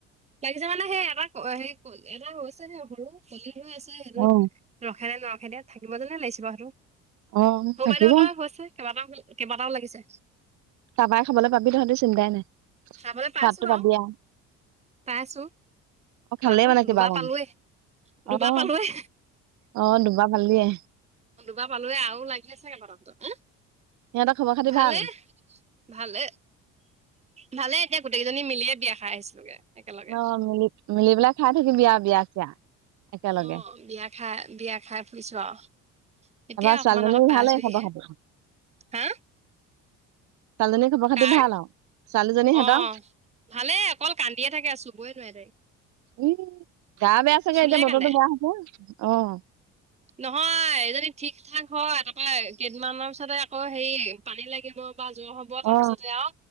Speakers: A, on the right; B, on the right.
A: লাগিছে মানে সেই এটা সেই ক এটা হৈছে নে সৰু কলি। অ' আছে সেইটো,
B: অ
A: ৰখে নে নৰখে দে থাকিব যেনে লাগিছে বাৰু সেইটো।
B: অ
A: হ'
B: থাকিব
A: বাইদেউত হৈছে, কেইবাটাও-কেইবাটাও লাগিছে।
B: চাবাই। খাবলৈ পাবি তহঁতে চিন্তাই নাই।
A: খাবলৈ পাইছো
B: সোৱাদটো
A: বাৰু
B: পাবি আৰু।
A: পাইছো
B: অ' খালেই
A: পোৱাতো
B: মানে কিবা
A: দুবাৰ
B: অকণ।
A: পালোৱে দুবাৰ
B: অহ'-অহ'
A: পালোৱে
B: দুবাৰ ভাল দিয়ে।
A: দুবাৰ পালোৱে আৰু লাগি আছে কেইবাটাও তাহঁতৰ হে।
B: সিহঁতৰ খবৰ খাতি
A: ভালে-ভালে।
B: ভাল
A: ভালে, এতিয়া গোটেইজনী মিয়ে বিয়া খাই আহিছিলোগে। একেলগে
B: অহ' মিলি মিলি পেলাই খাই থাকিব আৰু বিয়া চিয়া। একেলগে
A: অ' বিয়া খাই বিয়া খাই ফুৰিছো আৰু। এতিয়া
B: তাৰপৰা ছোৱালীজনীও
A: অকমান আগত পাই
B: ভালেই
A: আছোহহে
B: খবৰ খাতি
A: হা,
B: ছালজনী খাব খাতি
A: কাৰ
B: ভাল আৰু। ছোৱালীজনী সিহঁতৰ
A: অ' ভালেই অকল কান্দিয়ে থাকে চুবই নোৱি তাইক।
B: উম, গা বেয়া চাগে
A: চুলে
B: এতিয়া বতৰটো
A: কান্দে
B: বেয়া আ হৈছে অ',
A: নহয় এইজনী ঠিক ঠাক হয় তাৰপৰা কেইদিনমানৰ পিছতে আকৌ হেৰি পানী লাগিব। বা জ্বৰ হব
B: অ
A: তাৰ পিছতে আৰু